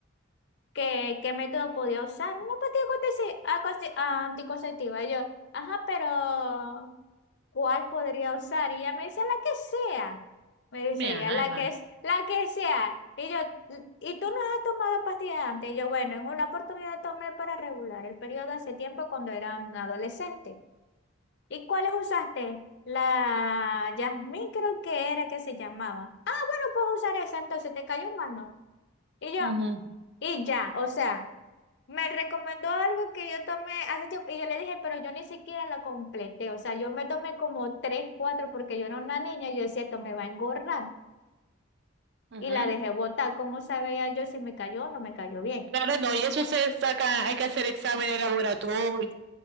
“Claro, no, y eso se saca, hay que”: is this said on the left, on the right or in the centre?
Right